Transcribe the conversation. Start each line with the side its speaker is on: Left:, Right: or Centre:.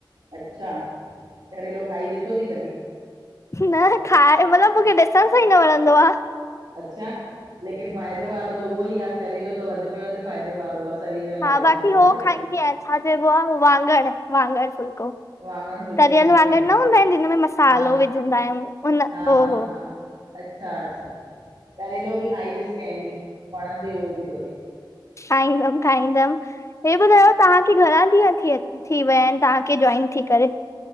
Right: अच्छा करेेलो खाई ॾिठोथई कॾहिं?
Left: न खाए मतलब मूंखे ॾिसण सां ई न वणंदो आ।
Right: अच्छा लेकिन फ़ाइदे वारो त उहो ई आहे करेलो त वधि में वधि फ़ाइदे वारो आ। शरीर लाइ
Left: हा
Right: असांजे
Left: बाक़ी हो
Right: ख़बर
Left: खाईंदी
Right: थई।
Left: आहियां छा चइबो आहे वांङण वांङण फुलको।
Right: वाङण फुल्को
Left: तरियल
Right: खाईंदी
Left: वांगुर
Right: आहियां
Left: न हूंदा आहिन जिनम में मसालो
Right: हा
Left: विझंदा आहियूं उन
Right: हा
Left: हो
Right: हा
Left: हो।
Right: हा अच्छा अच्छा करेलो बि खाई ॾिस कंहिं ॾींह वणंदे उहो बि तोखे।
Left: खाईंदम खाईंदम हे ॿुधायो तव्हांखे घणा ॾींहं थी थी विया आहिन तव्हांखे जॉइन थी करे।